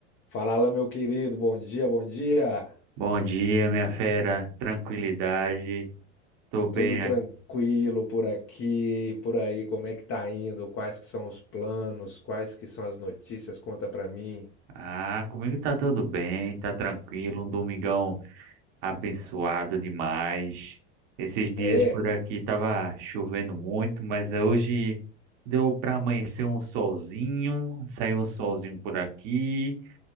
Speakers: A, on the left (about 35°); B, on the right (about 60°).
A: Fala lá, meu querido, bom dia, bom dia.
B: Bom dia, minha fera. Tranquilidade. Tô bem
A: Tudo tranquilo
B: aqui.
A: por aqui, por aí, como é que tá indo? Quais que são os planos? Quais que são as notícias? Conta pra mim.
B: Ah, comigo tá tudo bem, tá tranquilo. Um domingão abençoado demais. Esses dias
A: É,
B: por aqui tava chovendo muito, mas hoje deu pra amanhecer um solzinho. Saiu um solzinho por aqui.